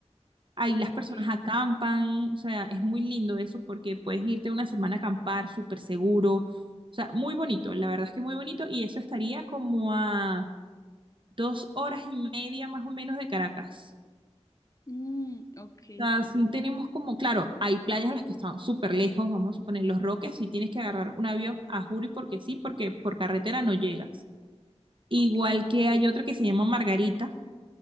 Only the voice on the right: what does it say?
Ahí
las personas acampan, o sea, es muy lindo eso porque puedes irte una semana a acampar súper seguro, o sea, muy bonito, la verdad es que muy bonito y eso estaría como a dos horas y media más o menos de Caracas.
O sea,
sí tenemos como, claro, hay playas en las que están súper lejos, vamos a suponer Los Roques, si tienes que agarrar un avión a Juri porque sí, porque por carretera no llegas. Igual
que hay otra que se llama Margarita